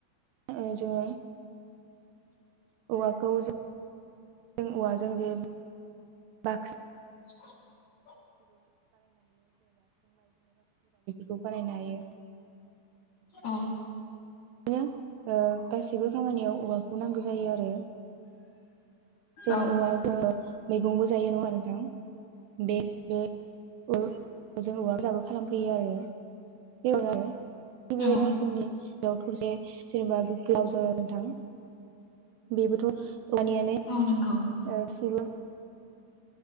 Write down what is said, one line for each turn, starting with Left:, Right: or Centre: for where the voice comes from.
Right: ओ जोङो औवाखौ जों जों औवाजों जे बाख्रि
Left: <inaudible>
Right: खौ बानायनो हायो
Left: औ
Right: बिदिनो ओ गासैबो खामानियाव औवाखौ नांगौ जायो आरो जोङो
Left: औ
Right: औवा ओ मैगंबो जायो नङा नोंथां बे बे ओ जों औवा जाबो खालामफैयो आरो <unintelligible> बे बायदिनो
Left: औ
Right: आव थरसे जेनेबा गोलाव ज थां बेबोथ' <unintelligible>
Left: औ नंगौ
Right: गसिबो